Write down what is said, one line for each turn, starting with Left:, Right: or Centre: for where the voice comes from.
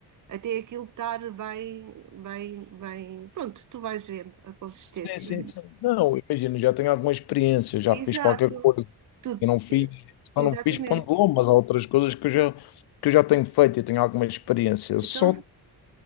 Right: Até aquilo estar bem, bem, bem. Pronto, tu vais vendo a consistência.
Left: Sim, sim, sim. Não, imagina, já tenho alguma experiência, já
Right: Exato.
Left: fiz qualquer coisa.
Right: tudo
Left: Eu não fiz,
Right: e- Exatamente.
Left: só não fiz pão de ló, mas há outras coisas que eu já, que eu já tenho feito e tenho alguma experiência. Só
Right: Então